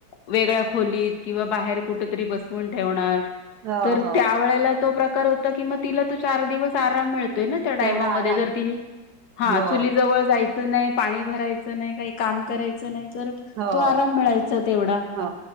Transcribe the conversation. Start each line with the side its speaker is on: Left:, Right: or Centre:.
Left: वेगळ्या खोलीत किंवा बाहेर कुठ तरी बसवून ठेवणार.
Right: हो
Left: तर
Right: हो
Left: त्या वेळेला तो प्रकार होता कि मग तिला तो चार दिवस आराम मिळ- - तेना त्या टायमामध्ये
Right: तेवढा आराम
Left: जर तिनी हा
Right: हो
Left: चुली जवळ -- नाही. पाणी भरायचं नाही. काही काम करायचं नाही. तर तो
Right: हो
Left: आराम मिळायचा तेवढा.
Right: हो